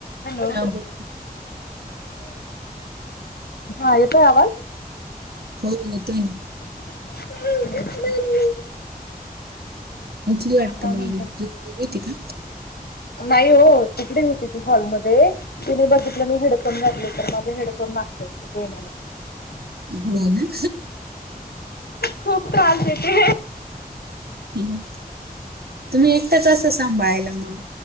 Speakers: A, on the left; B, on the right.
A: Hello
B: हा बोल
A: हा येतोय आवाज?
B: हो, येतोय ना.
A: हम्
B: उठली वाटत
A: काय म्हणता
B: मुलगी, झोपली होती का?
A: नाही हो, तिकडे होती ती हॉलमध्ये. तिने बघितलं मी हेडफोन घातले, तर माझे हेडफोन मागतो क तेग
B: हो ना
A: खूप त्रास देते.
B: ह तुम्ही एक च असं सांभाळायला मग,